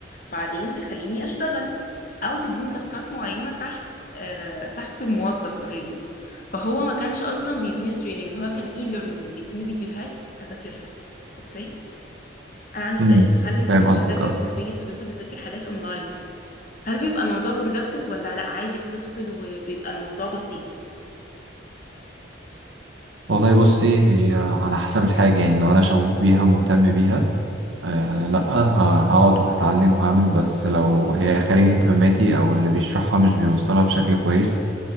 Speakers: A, on the left; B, on the right.
A: بعدين تخليني اشتغل او تديني تاسكات معينه تحت آه، تحت موظف اوريدي فهو ما كانش اصلا بيديني تريننج هو كان اي ليرنينج بيديني فيديوهات اذاكرها اوكي انا عندي سؤال
B: امم
A: هل انت
B: فاهم
A: وانت
B: قصدك
A: بتذاكر
B: اه
A: في البيت وانت بتذاكر حاجات اونلاين هل بيبقى الموضوع برودكتيف ولا لا عادي بتفصل وبيبقى الموضوع بطيء
B: والله بصي هي على حسب الحاجة يعني لو أنا شغوف بيها ومهتم بيها آه لأ ه- هقعد وهتعلم وهعمل بس لو هي خارج اهتماماتي أو اللي بيشرحها مش بيوصلها بشكل كويس